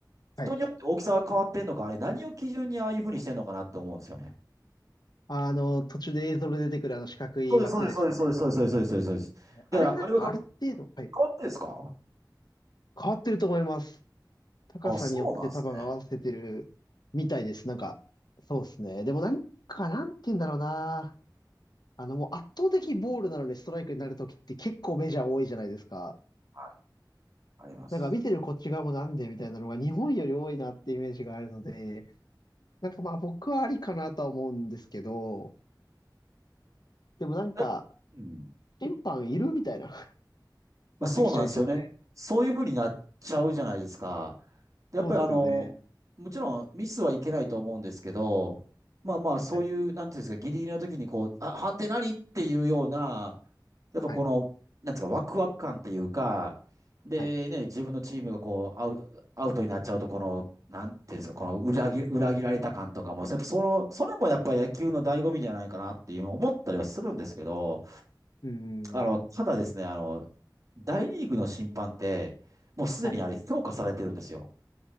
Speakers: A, on the right; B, on the left.
A: 人によって大きさが変わってんのか、
B: はい。
A: あれ何を基準にああいうふうにしてんのかなって思うんですよね。
B: あの、途中で映像で出てくるあの四角い枠ですかね。
A: そうです、そうです、そうです、そうです、そうです、そうです、そうです。そうですだから、
B: あれなんかある程度、
A: あれはだって
B: はい。
A: 変わってんですか
B: 変わってると思います。高さによって多分合わせてるみたいです。
A: あ、そうなんですね。
B: なんか、そうですね。でもなんか、なんて言うんだろうな。あの、もう圧倒的ボールなのにストライクになるときって結構メジャー多いじゃないですか。
A: はいあります。
B: なんか見てるこっち側もなんでみたいなのが日本より多いなってイメージがあるので、なんかまあ僕はありかなとは思うんですけど、でもなんか、
A: やっうん。
B: 審判いるみたいな、<laughs>
A: まあ、
B: なってきちゃいそうで。
A: そうなんですよね。そういうふうになっちゃうじゃないですか。でやっぱりあの、
B: そうっすよね。
A: もちろんミスはいけないと思うんですけど、まあまあ、そういう、
B: はい、
A: なんていうんですか、ギリギリの時にこう、あ、判定何っていうような、やっぱこの、
B: はい、
A: なんつうか、ワクワク感っていうか、でね、
B: はい。
A: 自分のチームがこう、アウ、アウトになっちゃうと、この、なんていうんですか、この裏切、裏切られた感とかも、やっぱその、それもやっぱり野球の醍醐味じゃないかなっていうのを思ったりはするんですけど、
B: うーん。
A: あの、ただですね、あの、大リーグの審判って、もうすでにあれ、
B: はい。
A: 評価されてるんですよ。